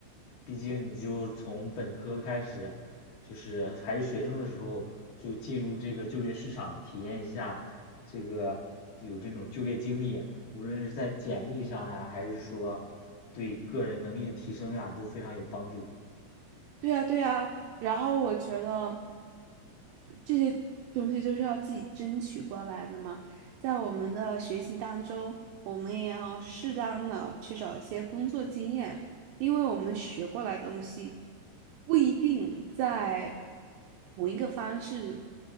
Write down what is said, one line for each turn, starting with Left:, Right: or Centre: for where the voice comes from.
Left: 毕竟你就从本科开始，就是还是学生的时候就进入这个就业市场，体验一下这个有这种就业经历，无论是在简历上呀，还是说对个人能力的提升呀，都非常有帮助。
Right: 对呀，对呀，然后我觉得这些东西就是要自己争取过来的嘛。在我们的学习当中，我们也要适当的去找一些工作经验，因为我们学过来的东西不一定在同一个方式，